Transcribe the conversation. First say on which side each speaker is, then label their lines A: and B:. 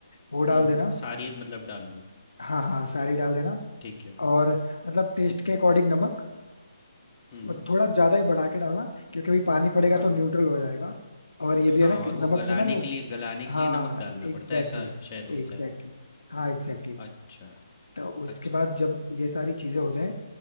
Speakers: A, on the left; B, on the left.
A: वो
B: हम्म
A: डाल देना
B: सारी मतलब डाल दूँ
A: हाँ हाँ सारी डाल देना
B: ठीक है
A: और मतलब टेस्ट के अकॉर्डिंग नमक
B: हम्म
A: बस थोड़ा ज्यादा ही बढ़ा के डालना क्योंकि अभी पानी पड़ेगा
B: हाँ
A: तो न्यूट्रल हो जाएगा और ये भी
B: हाँ
A: है ना कि
B: और
A: नमक
B: वो गलाने
A: से ना वो
B: के लिए गलाने के
A: हाँ
B: लिए नमक डालना
A: एग्जैक्टली
B: पड़ता है ऐसा
A: exactly,
B: शायद होता
A: एग्जैक्टली
B: है
A: exactly, हाँ एग्जैक्टली exactly.
B: अच्छा
A: तो उसके
B: अच्छा
A: बाद जब ये सारी चीजें हो जाएं